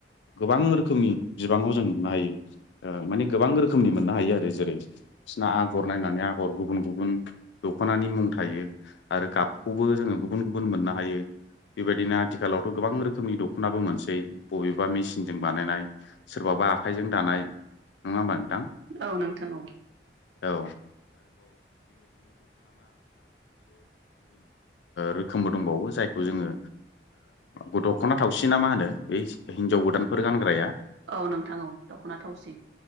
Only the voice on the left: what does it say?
गोबां रो खोमनि बिबाङाव जों नुनो हायो ओ माने गोबां रोखोमनि मोननो हायो आरो जेरै बिसना आगर नायनानै आगर गुबुन गुबुन दख'नानि मुं थायो आरो गाबखौबो जोङो गुबुन गुबुन मोननो हायो। बेबायदिनो आथिखालावथ' गोबां रोखोमनि दख'नाबो मोनसै बबेबा मेसिनजों बानायनाय सोरबाबा आखाइजों दानाय नङा होमबा नोंथां
<unintelligible> ओ रोखोमबो दंबावो जायखौ जोङो ओ दख'ना थावसि ना मा होनो बे हिनजाव गोदान फोर गानग्राया